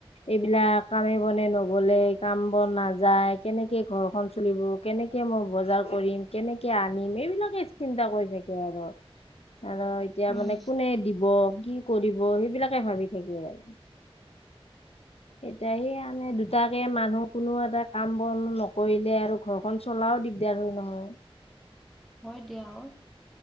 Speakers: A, on the left (about 75°); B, in the centre.
A: এইবিলাক কামে বনে নগলে কাম বন নাযায় কেনেকে ঘৰখন চলিব কেনেকে মই বজাৰ কৰিম কেনেকে আনিম এইবিলাকে চিন্তা কৰি থাকে আৰু আৰ এতিয়া
B: উম
A: মানে কোনে দিব কি কৰিব সেইবিলাকে ভাবি থাকে আৰ। এতিয়াহে আনে দুদ তাকে মানুহ কোনো এটা কাম বন নকৰিলে আৰু ঘৰখন চলাও দিগদাৰ হয় নহয়।
B: হয় দিয়া অ।